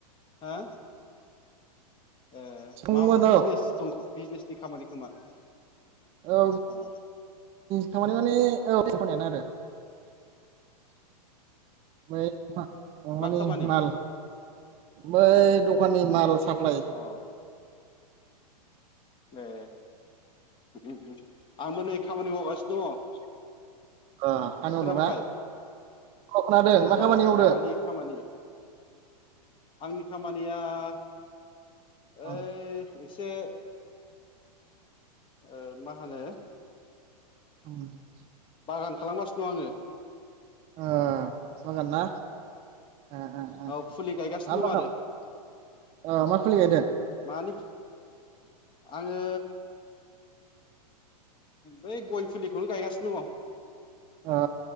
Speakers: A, on the left (about 25°); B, on the right (about 30°).
A: हो ए
B: दंमोन
A: माबाफोर बिजनेस
B: औ
A: दं खो बिजनेसनि खामानि खोमा
B: औ
A: ओ
B: <unintelligible> ओफ्राय अमानि
A: मा खामानि
B: माल बै दखाननि माल साप्लाय
A: अ ए ओम ओम आंबो नै खामानि मावगासिनो दङ
B: ओ हालौदों
A: खोनाबाय
B: ना? खोनादों मा खामानि
A: औ
B: मावदों
A: माबानि
B: <inaudible>
A: खामानि आंनि खामानिया <unintelligible> ओइ
B: अ
A: एसे ओ मा होनो
B: <unintelligible>
A: बागान खालामगासिनो दं आङो
B: ओ बागान ना ओ ओ ओ
A: औ फुलि गायगासिनो दं आरो
B: <unintelligible> ओ मा खबरमोनदों
A: मानि आङो बै गय फुलिखौनो गायगासिनो दङ
B: अ